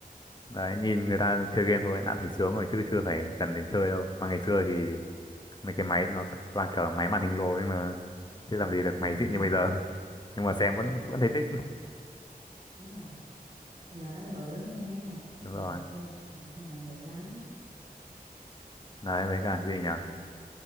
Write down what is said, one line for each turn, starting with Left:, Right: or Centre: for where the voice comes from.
Left: đấy nhìn người ta chơi game thôi đã thấy sướng rồi chứ chưa phải cần đến chơi đâu mà ngày xưa thì mấy cái máy nó toàn kiểu máy màn hình lồi ấy mà chứ làm gì được
Right: Ừ,
Left: máy xịn như bây giờ <laughs> nhưng mà
Right: đúng
Left: xem
Right: rồi,
Left: vẫn vẫn thấy thích <laughs>
Right: đúng rồi. Mà nó bự lắm nha, cái
Left: đúng
Right: màn hình
Left: rồi
Right: mình xưa là bự, màn hình bự lắm.
Left: đấy với cả cái gì nhỉ
Right: Ừ,